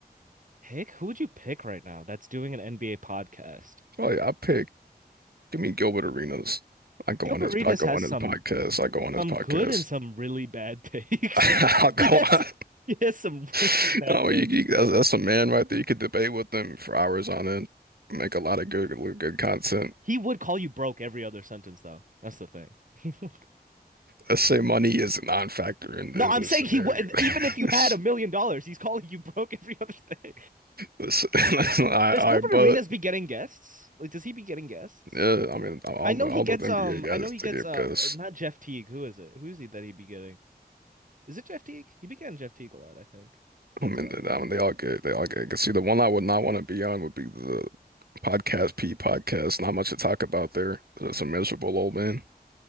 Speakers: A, on the right; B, on the right.
A: pick who would you pick right now that's doing an NBA podcast?
B: Probably I pick. Give me Gilbert Arenas. I go
A: Gilbert
B: on his,
A: Arenas
B: I go
A: has
B: on
A: some
B: his podcast. I go on
A: some
B: his podcast.
A: good and some really bad takes.
B: <laughs> I'll
A: <laughs>
B: go
A: Yes, he has
B: on.
A: he has some
B: <laughs>
A: really bad
B: No,
A: takes.
B: you, you, that's, that's a man right there. You could debate with them for hours on end, make a lot of good good content.
A: He would call you broke every other sentence though. That's the thing. <laughs>
B: Let's say money is a non-factor in,
A: No,
B: in
A: I'm
B: this
A: saying
B: scenario.
A: he would. Even
B: <laughs>
A: if you
B: That's,
A: had a million dollars, he's calling you broke every other day.
B: that's, that's-
A: <laughs>
B: I,
A: Does Gilbert
B: I, but
A: Arenas be getting guests? Like, does he be getting guests?
B: yeah, I mean, all
A: I know
B: the all
A: he gets.
B: those NBA
A: Um,
B: guys
A: I know he
B: to
A: gets.
B: give
A: Uh,
B: because
A: not Jeff Teague. Who is it? Who's he that he be getting? Is it Jeff Teague? He be getting Jeff Teague a lot. I think that's
B: I mean,
A: about
B: they,
A: it.
B: I mean, they all good. They all good. 'Cause see, the one I would not want to be on would be the podcast P podcast. Not much to talk about there. It's a miserable old man.